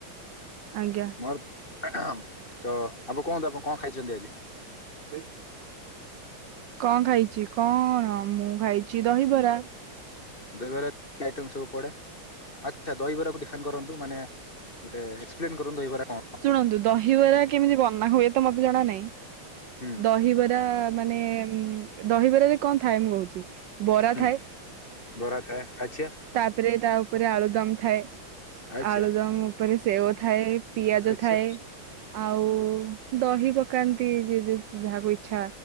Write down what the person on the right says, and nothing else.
ଆଜ୍ଞା
ଯାଇଥିଲୁ? କଣ ଖାଇଛି, କଣ ମୁଁ ଖାଇଛି ଦହିବରା।
ଶୁଣନ୍ତୁ ଦହିବରା କେମିତି ବନା ହୁଏ ତ ମତେ ଜଣା ନାହିଁ।
ଦହିବରା ମାନେ- ଉଁ ଦହିବରାରେ କଣ ଥାଏ ମୁଁ କହୁଛି। ବରା
ଥାଏ-
ତାପରେ ତା ଉପରେ ଆଳୁ ଦମ୍ ଥାଏ,
ଆଳୁଦମ ଉପରେ ସେଓ ଥାଏ, ପିଆଜ
ଥାଏ ଆଉ ଦହି ପକାନ୍ତି ଯ ଯାହାକୁ ଇଚ୍ଛା